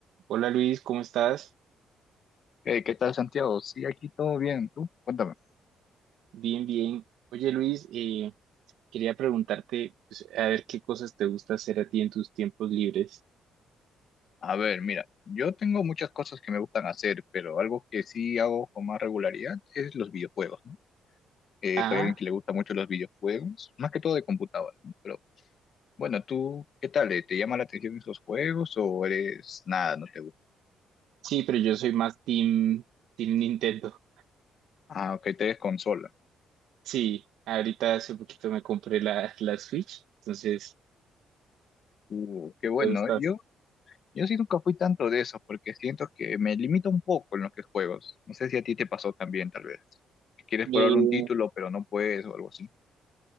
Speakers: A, on the right (about 80°); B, on the left (about 50°).
A: Hola Luis, ¿cómo estás?
B: Eh, ¿qué tal, Santiago? Sí, aquí todo bien. ¿Tú? Cuéntame.
A: Bien, bien. Oye Luis, eh, quería preguntarte, pues, a ver qué cosas te gusta hacer a ti en tus tiempos libres.
B: A ver, mira, yo tengo muchas cosas que me gustan hacer, pero algo que sí hago con más regularidad es los videojuegos, ¿no? Eh,
A: Ah,
B: soy alguien que le gusta mucho los videojuegos, más que todo de computadora, ¿no? Pero bueno, ¿tú qué tal? Eh, ¿Te llama la atención esos juegos o eres nada, no te gusta?
A: sí, pero yo soy más team, team Nintendo.
B: Ah, ok, te eres consola.
A: Sí, ahorita hace poquito me compré la, la Switch, entonces,
B: Uh, qué
A: ¿qué
B: bueno.
A: te gusta
B: ¿eh? Yo, yo sí nunca fui tanto de eso, porque siento que me limita un poco en los que juegos. No sé si a ti te pasó también, tal vez. que Quieres
A: Eh,
B: probar un título, pero no puedes o algo así.